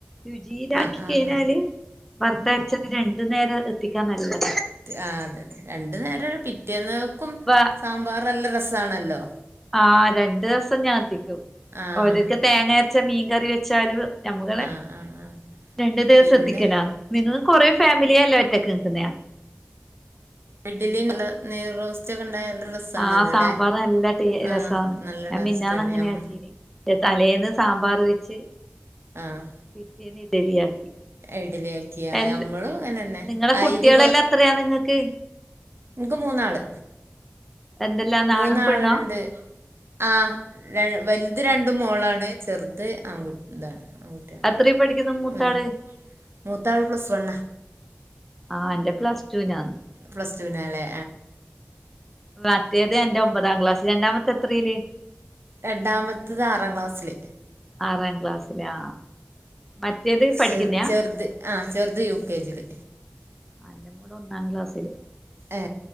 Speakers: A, in the centre; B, on the right (about 65°).
A: രുചിയിലാക്കി
B: ആഹ് ആഹ്
A: കഴിഞ്ഞാല്
B: ആഹ്
A: വർത്തരച്ചത് രണ്ടു നേരം എത്തിക്കാൻ നല്ലത്
B: ആ അതെ രണ്ടു നേരം പിറ്റേന്നക്കും
A: വ
B: സാമ്പാർ നല്ല രസമാണല്ലോ
A: ആഹ് രണ്ടുസം ഞാൻ എത്തിക്കും
B: ആഹ്
A: ഓരക്കെ തേങ്ങ അരച്ച മീൻ കറി വെച്ചാല് നമ്മ
B: ആഹ് ആഹ് ആഹ്
A: രണ്ടു ദിവസം
B: പിന്നെ
A: എത്തിക്കല നിങ്ങള് കൊറേ ഫാമിലിയല്ല ഒറ്റക്ക് നിക്കുന്നാ
B: ഇഡ്ഡലി നൈറോസ്റ്റ് ഉച്ചക്കെണ്ടായ നല്ല രസം
A: ആഹ്
B: ആണല്ലോ
A: സാമ്പാർ
B: അല്ലെ
A: നല്ല ടേ
B: ആ
A: രസാണ്
B: നല്ല
A: ഞാൻ
B: ടേസ്റ്റാണ്
A: മിന്നാന്ന് അങ്ങനെ
B: മ്മള്
A: ആക്കീന് തലേന്ന് സാമ്പാർ വെച്ച്
B: ആഹ്
A: പിറ്റേന്ന് ഇഡ്ഡലി ആക്കി
B: ഇഡ്ഡലി ആക്കിയ
A: രണ്ടു
B: ഞമ്മളും അങ്ങനെന്നെ
A: നിങ്ങളെ
B: അരി
A: കുട്ടികളെല്ലാം എത്രയാണ് നിങ്ങക്ക്
B: എനക്ക് മൂന്നാള്
A: എന്തെല്ലാന്ന്
B: മൂന്നാളുണ്ട്
A: ആണും പെണ്ണോ
B: ആ വലുത് രണ്ട് മോളാണ് ചെറുത് ആൺകുട്ടി ഇതാണ് ആൺകുട്ടിയാണ്
A: എത്രയി പഠിക്കുന്നു മൂത്താള്
B: മോനുണ്ട് മൂത്താള് പ്ലസ് വണ്
A: ആഹ് എന്റെ പ്ലസ് ടുവിനാ
B: പ്ലസ് ടു വിനായല്ലേ
A: മറ്റേത് എന്റെ ഒമ്പതാം ക്ലാസ് രണ്ടാമത്തെ എത്രയില്?
B: രണ്ടാമത്തത് ആറാം ക്ലാസ്സില്
A: ആറാം ക്ലാസ്സിലാ മറ്റേത്- പഠിക്കുന്നയാ
B: ചെറ ചെറുത് ആ ചെറുത് യു കെ ജി ല്
A: ആ എന്റെ മോള് ഒന്നാം ക്ലാസ്സില്
B: ഏ